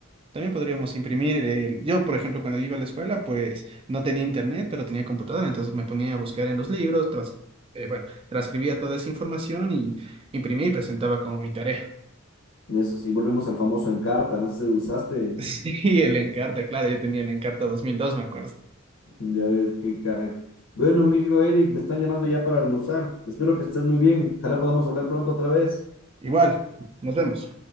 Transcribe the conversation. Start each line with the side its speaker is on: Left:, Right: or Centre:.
Right: También podríamos imprimir el... Yo, por ejemplo, cuando iba a la escuela, pues no tenía internet, pero tenía computadora, entonces me ponía a buscar en los libros, tras- eh, bueno, transcribía toda esa información y imprimía y presentaba como mi tarea. <laughs>
Left: Eso sí, volvemos al famoso Encarta, no sé si usaste,
Right: Sí, el Encarta, claro, yo tenía el Encarta 2002, me acuerdo.
Left: ya ves que cae. Bueno, amigo Eric, me están llamando ya para almorzar. Espero que estés muy bien. Ojalá podamos hablar pronto otra vez.
Right: Igual, nos vemos.